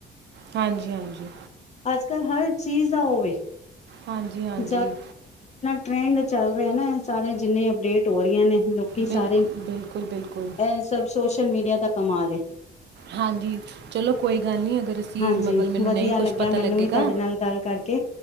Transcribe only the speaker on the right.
ਹਾਂਜੀ ਹਾਂਜੀ
ਹਾਂਜੀ ਹਾਂਜੀ
ਬਿਲਕੁਲ
ਬਿਲਕੁਲ ਬਿਲਕੁਲ
ਹਾਂਜੀ ਚਲੋ ਕੋਈ ਗੱਲ ਨੀ ਅਗਰ ਅਸੀਂ
ਮਗਰ ਮੈਨੂੰ
ਨਹੀਂ
ਕੁਛ ਪਤਾ
ਲੱਗੇਗਾ